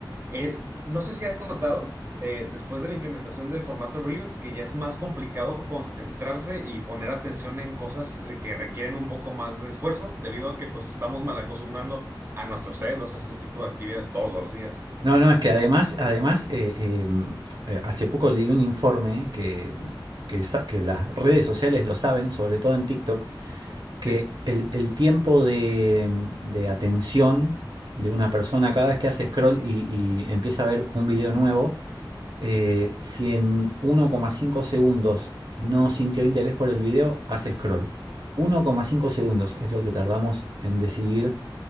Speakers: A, on the right; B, on the right.
A: eh, no sé si has notado, eh, después de la implementación del formato Reels, que ya es más complicado concentrarse y poner atención en cosas eh, que requieren un poco más de esfuerzo, debido a que pues estamos mal acostumbrando a nuestros cerebros a este tipo de actividades todos los días.
B: No, no, es que además,
A: Eh,
B: además eh, eh, mm, eh, hace poco leí un informe que, que, sa- que las redes sociales lo saben, sobre todo en TikTok,
A: sí,
B: que el, el tiempo de, de atención de una persona cada vez que hace scroll y, y empieza a ver un video nuevo, eh, si en 1,5 segundos no sintió interés por el video, hace scroll. 1,5 segundos es lo que tardamos en decidir